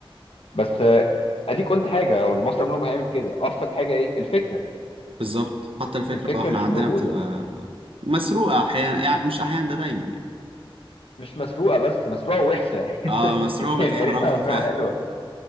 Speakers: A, on the left; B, on the right.
A: بس آه، اديك قلت حاجه والمصري عمره ما هيعمل كده ابسط حاجه ايه الفكره
B: بالظبط حتى الفكرة
A: الفكره
B: اه احنا
A: مش
B: عندنا
A: موجوده
B: بتبقى مسروقة احيانا يعني مش احيانا ده دايما يعني
A: مش مسروقه بس مسروقه وحشه <laughs>
B: اه مسروقة متحرفة
A: يعني يا ريتها مسروقه
B: <laughs> فعلا
A: حلوه